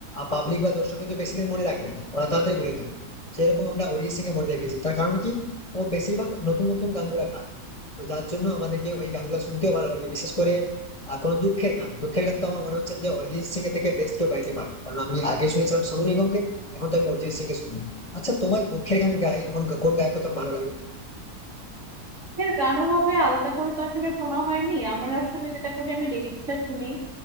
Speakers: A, on the left; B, on the right.
A: পাবলিক বা দর্শক কিন্তু বেশি দিন মনে রাখবে না ওরা তাড়াতাড়ি বলে যাবে যেরকম আমরা অরিজিৎ সিং কে মনে রেখেছি তার কারণ কি ও বেশিরভাগ নতুন নতুন গানগুলা গায় তো যার জন্য আমাদেরকে ওই গানগুলো শুনতেও ভালো লাগে বিশেষ করে আহ, কোনো দুঃখের গান দুঃখের গান তো আমার মনে হচ্ছে না যে অরিজিৎ সিং এর থেকে বেস্ট কেউ গাইতে পারে কারণ আমি আগে শুনেছিলাম সোনু নিগমকে এখন তো আমি অরিজিৎ সিং কে শুনি আচ্ছা তোমার দুঃখের গান গায় এমন কোন গায়ক তোমার ভালো লাগে
B: এর গানও হবে আলাদা করে তো আসলে শোনা হয়নি আমার আসলে যেটা করি আমি লিরিক্সটা শুনি